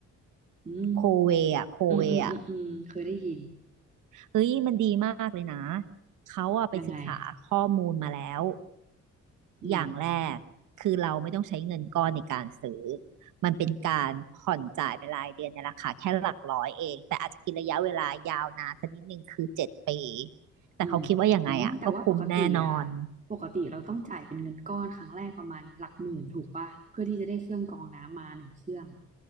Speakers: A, on the right; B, on the right.
A: อืม
B: โคเวอะโคเวอะ
A: อืมอืมอืมอืมเคยได้ยิน
B: เฮ้ยมันดีมากเลยนะเขาอะไปศึกษาข้อมูลมาแล้ว
A: ยังไงอืม
B: อย่างแรกคือเราไม่ต้องใช้เงินก้อนในการซื้อมันเป็นการผ่อนจ่ายเป็นรายเดือนในราคาแค่หลักร้อยเองแต่อาจจะกินระยะเวลายาวนานสักนิดหนึ่งคือเจ็ดปีแต่เขาคิดว่ายังไงอ่ะก็คุ้มแน่นอน
A: อืมอ๋อแต่ว่าปกติอ่ะปกติเราต้องจ่ายเป็นเงินก้อนครั้งแรกประมาณหลักหมื่นถูกปะเพื่อที่จะได้เครื่องกรองน้ำมาหนึ่งเครื่อง